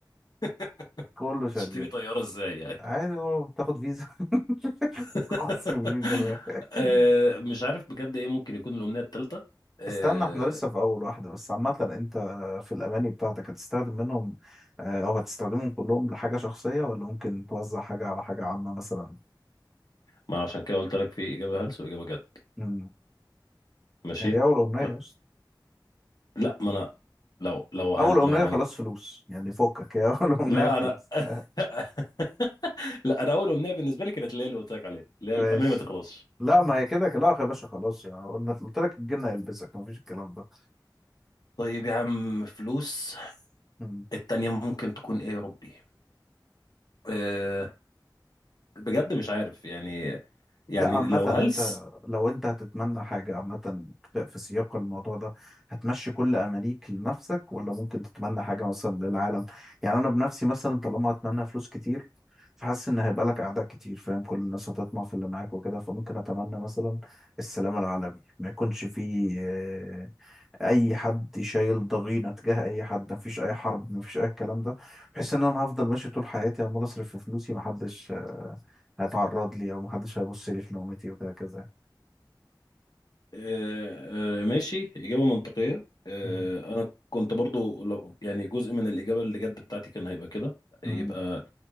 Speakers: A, on the left (about 55°); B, in the centre.
A: <laughs>
B: كله شغال
A: تشتري طياره ازاي يعني
B: عادي هو بتاخد فيزا <laughs>
A: <laughs>
B: عصر فيزا
A: آه،
B: <laughs>
A: مش عارف بجد ايه ممكن يكون الامنيه التالتة آه،
B: استنى احنا لسه في اول واحدة بس عامة انت آه، في الاماني بتاعتك هتستخدم منهم آه، او هتستخدمهم كلهم لحاجة شخصية ولا ممكن توزع حاجة على حاجة عامة مثلا
A: ما انا عشان كده قلت لك في اجابه هلس واجابه جد
B: امم
A: ماشي
B: دي اول امنية
A: ف...
B: بس
A: لا ما انا لو لو هن...
B: اول امنية
A: لو هن...
B: خلاص فلوس يعني فكك يا <laughs> اول امنية
A: لا
B: فلوس
A: انا <laughs>
B: <laughs>
A: لا انا اول امنيه بالنسبه لي كانت اللي هي اللي قلت لك عليها اللي هي
B: ماشي
A: الاماني ما تخلصش
B: لا ما هي كده كده لا يا باشا خلاص يعني قلنا قلت لك الجن هيلبسك مفيش الكلام ده
A: طيب يا عم فلوس
B: مم.
A: التانية ممكن تكون ايه يا ربي أه بجد مش عارف يعني يعني
B: لا عامة
A: لو
B: انت
A: هلس
B: لو انت هتتمنى حاجة عامة في في سياق الموضوع ده هتمشي كل امانيك لنفسك ولا ممكن تتمنى حاجة مثلا للعالم يعني انا بنفسي مثلا طالما هتمنى فلوس كتير فحاسس ان هيبقى لك اعداء كتير فاهم كل الناس هتطمع في اللي معاك وكده فممكن اتمنى مثلا السلام العالمي ما يكونش فيه آه، اي حد شايل ضغينة تجاه اي حد ما فيش اي حرب ما فيش اي الكلام ده بحيث ان انا هفضل ماشي طول حياتي عمال اصرف في فلوسي محدش هيتعرض لي او محدش هيبص لي في نومتي وهكذا
A: أه أه ماشي إجابة منطقية أه
B: مم.
A: أنا كنت برضو لو يعني جزء من الإجابة اللي جد بتاعتي كان هيبقى كده
B: مم.
A: يبقى